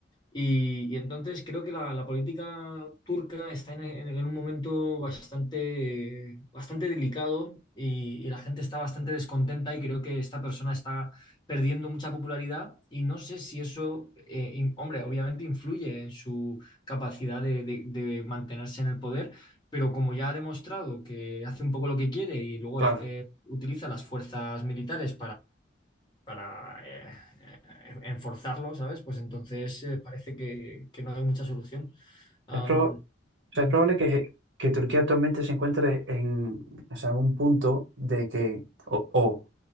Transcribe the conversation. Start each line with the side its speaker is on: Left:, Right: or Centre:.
Left: Y, y entonces creo que la, la política turca está en, en- en un momento bastante, bastante delicado y, y la gente está bastante descontenta y creo que esta persona está perdiendo mucha popularidad y no sé si eso, eh, in- hombre, obviamente influye en su capacidad de, de- de mantenerse en el poder, pero como ya ha demostrado que hace un poco lo que quiere y luego
Right: claro.
Left: eh, utiliza las fuerzas militares para eh, eh, enforzarlo, ¿sabes? Pues entonces eh, parece que, que no hay mucha solución. Am,
Right: Es, prob- o
Left: mm,
Right: sea, es probable que, que Turquía actualmente se encuentre en, o sea, en un punto de que o, o